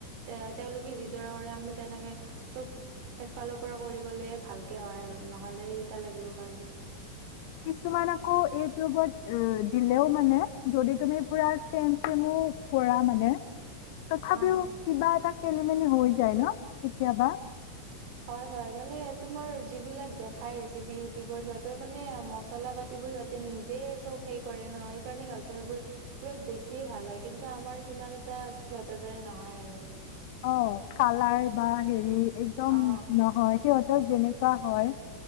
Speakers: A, on the right (about 45°); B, on the left (about 50°).
A: এ তেওঁলোকে যিদৰে কৰে আমি তেনেকে চব এফালৰ পৰা কৰি গলে ভালকে হয় আৰু নহলে লাগিব পাৰে।
B: কিছুমান আকৌ ইউটিউবত দিলেও মানে যদি তুমি পুৰা চেম চেমো কৰা মানে, তথাপিও
A: অ
B: কিবা এটা খেলি মেলি হৈ যায় ন, কেতিয়াবা?
A: হয়-হয় মানে তোমাৰ যিবিলাক দেখাই ৰেচিপি ইউটিউবত সিহঁতৰ মানে মছলা পাতিবোৰ সিহঁতে নিজে চব সে কৰে নহয় কাৰণে সিহঁতাৰবোৰ কিবা বেছিয়ে ভাল হয় কিন্তু আমাৰ সিমান এটা সিহঁতৰ দৰে নহয় আৰু
B: অ, কালাৰ অহ হেৰি একদম
A: অ
B: নহয়। সিহঁতৰ যেনেকুৱা হয়।